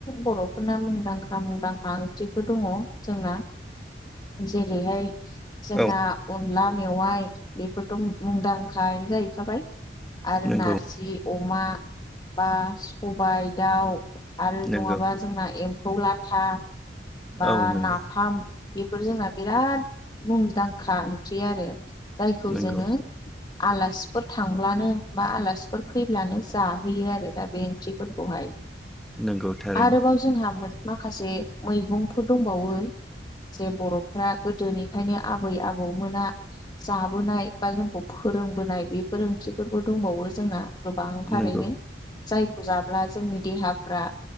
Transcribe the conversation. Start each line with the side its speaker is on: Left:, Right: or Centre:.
Left: बर'फोरना मुंदांखा मुंदांखा ओंख्रिफोर दङ' जोंना जेरैहाय जोंना
Centre: औ
Left: अनला मेवाइ बेफोरथ' मुंदांखानो जाहैखाबाय आरो
Centre: नंगौ
Left: नारजि अ अमा बा सबाय दाउ आरो
Centre: नंगौ
Left: नङाबा जोंना एम फौ लाथा बा
Centre: औ नंगौ
Left: नाफाम बेफोर जोंना बिराद मुंदांखा ओंख्रि आरो जायखौ
Centre: नंगौ
Left: जोङो आलासिफोर थांब्लानो बा आलासिफोर फैब्लानो जाहोयो आरो। दा बे ओंख्रिफोरखौहाय
Centre: नंगौ थारैनो
Left: आरोबाव जोंहा माखासे मैगं फोर दंबावो जे बर' फ्रा गोदोनिफ्रायनो आबै आबौमोना जाबोनाय बा जोंखौ फोरोंबोनाय बे फोर ओंख्रिफोरबो दंबावो जोंना गोबांथारैनो
Centre: नंगौ
Left: जाय खौ जाब्ला जोंनि देहाफ्रा